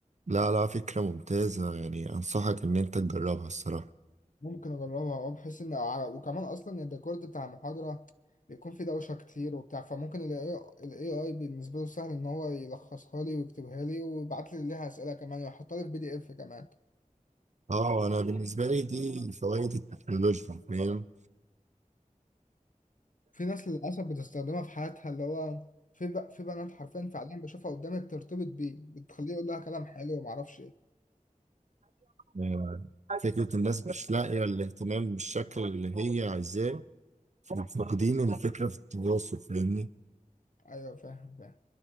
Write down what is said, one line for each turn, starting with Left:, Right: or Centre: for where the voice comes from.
Right: لا لا فكرة ممتازة يعني أنصحك إن أنت تجربها الصراحة
Left: ممكن اجربها اه بحيث ان على وكمان اصلا الريكورد بتاع المحاضره بيكون فيه دوشه كتير وبتاع فممكن ال AI ال AI بالنسبه له سهل ان هو يلخصها لي ويكتبها لي ويبعت لي ليها اسئله كمان ويحطها لي في بي دي اف كمان
Right: اه انا بالنسبه لي دي فوائد التكنولوجيا فاهم
Left: في ناس للاسف بتستخدمها في حياتها اللي هو في ب... في بنات حرفيا فعليا بشوفها قدامي بترتبط بيه بتخليه يقول لها كلام حلو وما اعرفش ايه
Right: آه، فكره الناس مش لاقيه الاهتمام بالشكل اللي هي عايزاه فاقدين الفكرة في التواصل فاهمني
Left: ايوه فاهم فاهم